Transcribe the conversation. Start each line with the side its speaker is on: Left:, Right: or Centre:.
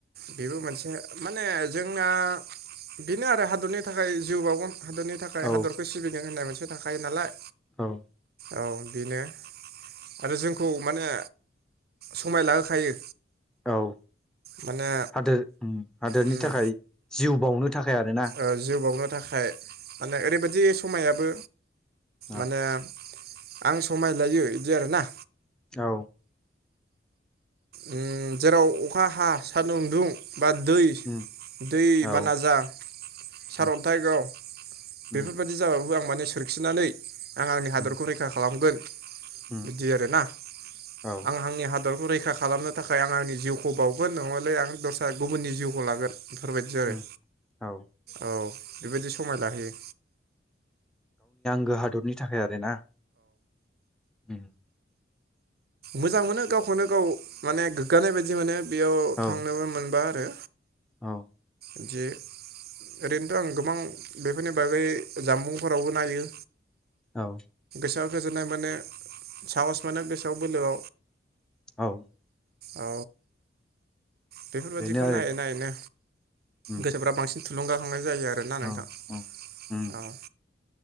Right: बेबो मोनसे माने जोंना बेनो आरो हादरनि थाखाय जिउ बावगोन हादरनि थाखाय
Centre: औ
Right: हादरखौ सिबिगोन होननाय मोनसे थां थाखायो नालाय
Centre: औ
Right: औ बेनो आरो जोंखौ माने समाय लाहोखायो
Centre: औ
Right: माने
Centre: हादोर उम हादोरनि
Right: उम
Centre: थाखाय जि उ बावनो थाखाय आरोना
Right: ओ जिउ बाउगोन थाखाय माने ओरैबायदि समायाबो
Centre: औ
Right: माने आं समाय लायो इदि आरोना
Centre: औ
Right: उम जेराव अखा हा सानदुं दुं बा दै
Centre: उम
Right: दै
Centre: औ
Right: बाना जा सारअन्थाइ
Centre: उम
Right: गाव बेफोरबादि
Centre: उम
Right: जाबाबो आं माने सोरखिनानै आं आंनि हादरखौ
Centre: उम
Right: रैखा खालामगोन।
Centre: उम
Right: बिदि आरोना
Centre: औ
Right: आं हांनि हा दरखौ रैखा खालामनो थाखाय आं आंनि जिउखौ बावगोन नङाले आं दस्रा गुबुननि जिउखौ लागोन। बेफोरबायदि आरो
Centre: उम औ
Right: औ बेबायदि सु समाय लाहोयो।
Centre: गो हादरनि थाखाय आरो ना। उम
Right: मोजां मोनो गावखौनो गाव माने गोग्गानाय बायदि मोनो। बेयाव
Centre: औ
Right: थांनोबो मोनबा रो
Centre: औ
Right: इदि ओरैनोथ आं गोबां बेफोरनि बागै जामबुंफोरावबो नायो
Centre: औ
Right: सोआ गोजोननाय मोनो साहस मोनो गोस <inaudible> बोलोआव
Centre: औ
Right: औ बेफोरबायदिखौ
Centre: बेनो आरो
Right: नायै नायैनो
Centre: उम
Right: गोसोफ्रा बांसिन थुलगाखांनाय जायो आरोना नोंथां
Centre: औ औ उम
Right: औ